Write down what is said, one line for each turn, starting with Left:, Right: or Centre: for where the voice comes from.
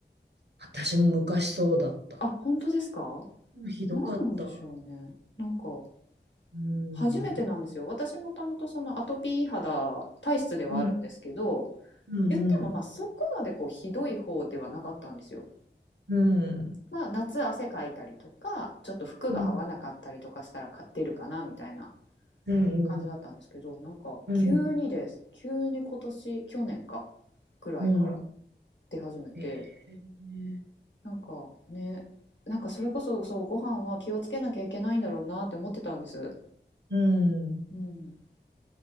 Right: 私も昔そうだった。
Left: あ、本当ですか
Right: うんひどかった。
Left: 何なんでしょうね。なんか、
Right: うん。
Left: 初めてなんですよ。私もともとそのアトピー肌体質ではあるんですけど、
Right: うんうんうん。
Left: 言ってもまあそこまでこうひどい方ではなかったんですよ。
Right: うん
Left: まあ夏汗かいたりとか、ちょっと服が合わなかったりとかしたらか出るかなみたいな
Right: うんうん
Left: 感じだったんですけど、なんか急にです。
Right: うん
Left: 急に今年、去年か、ぐらいから
Right: うん。
Left: 出始めて、
Right: えー、
Left: なんかね、なんかそれこそ、そう、ご飯は気をつけなきゃいけないんだろうなって思ってたんです。
Right: うん。
Left: うん。